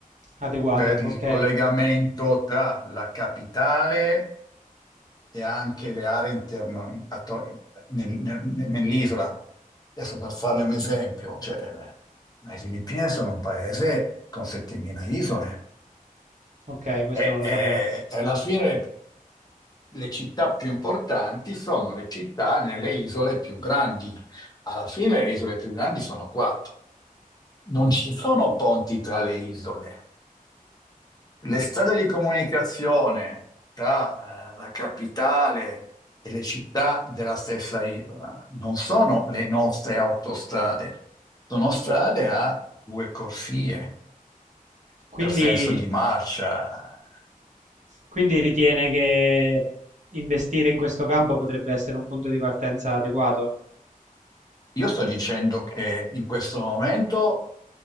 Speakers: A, on the right (about 55°); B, on the left (about 25°).
A: Adeguate,
B: per il
A: ok,
B: collegamento tra la capitale e anche le aree interne atto- nel- nel- nell'isola. Adesso per farle un esempio, cioè, le le Filippine sono un paese con 7.000 isole.
A: ok, questo
B: E,
A: non lo sapevo.
B: e- e alla fine le città più importanti sono le città nelle isole più grandi. Alla fine le isole più grandi sono quattro. Non ci sono ponti tra le isole. Le strade di comunicazione tra eh, la capitale e le città della stessa isola non sono le nostre autostrade, sono strade a due corsie
A: Quindi,
B: per senso di marcia.
A: quindi ritiene che investire in questo campo potrebbe essere un punto di partenza adeguato?
B: Io sto dicendo che in questo momento